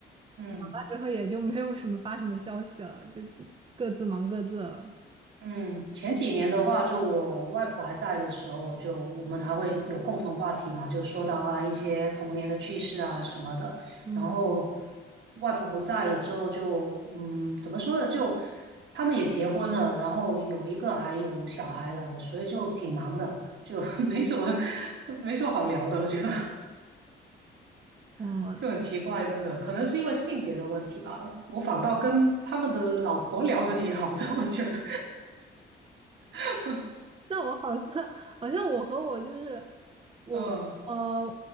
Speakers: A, on the right (about 65°); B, on the right (about 25°).
A: 嗯。
B: 完之后也就没有什么发什么消息了，就各自忙各自了。
A: 嗯，前几年的话，就我外婆还在的时候，就我们还会有共同话题嘛，就说到啊一些童年的趣事啊什么的。
B: 嗯
A: 然后外婆不在了之后就，嗯，怎么说呢？就他们也结婚了，然后有一个还有小孩了，所以就挺忙的，就 <laughs> 没什么 <laughs> 没什么好聊的，我觉得
B: 嗯，
A: <laughs> 就很奇怪，真的，可能是因为性别的问题吧。我反倒跟他们的老婆聊得挺好的，我觉得，<laughs>
B: <laughs> 那我好像好像我和我就是我呃
A: 嗯。